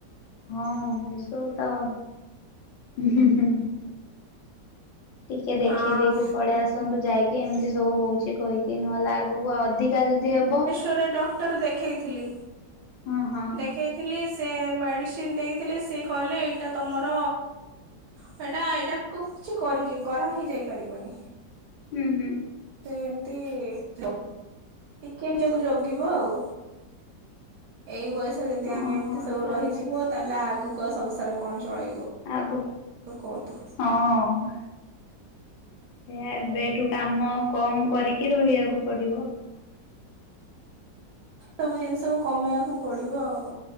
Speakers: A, on the left; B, on the right.
A: ହଁ <unintelligible> ଟିକେ ଦେଖେଇ
B: ଆଉ
A: ଦେଇକି ପଳେଇ ଆସନ୍ତୁ ଯାଇକି ଏମିତି ସବୁ ହଉଛି କହିକି ନହେଲେ ଆଗ ଆଗକୁ ଅଧିକା ଯଦି ହବ।
B: ଥରେ ଡକ୍ଟର ଦେଖେଇଥିଲି
A: ହଁ ହଁ
B: ଦେଖେଇ ଲି ସେ ମେଡ଼ିସିନ ଦେଇଥିଲେ ସେ କହିଲେ ଏଇଟା ତମର ହେଟା ଏଇଟାକୁ କିଛି କରି କରା ହେଇ ଯାଇ ପାରିବନି।
A: ହୁଁ ହୁଁ।
B: ତ ଏମତି ଟିକେ ନିଜକୁ ଜଗିବ ଆଉ। ଏଇ ବୟସରେ ଯଦି
A: ଓହୋ
B: ଆମେ ଏମିତି ସବୁ
A: ତାହେଲେ
B: ରହିଯିବୁ ତାହେଲେ ଆଗକୁ ଆଉ ସଂସାର କଣ ଚଳେଇବୁ।
A: ଆଗକୁ
B: କୁହନ୍ତୁ
A: ହଁ। ସେ ଏବେ ଏଠୁ କାମ କମ କରିକି ରହିବାକୁ ପଡିବ।
B: ସବୁ ଜିନିଷକୁ କମେଇବାକୁ ପଡିବ ଆଉ।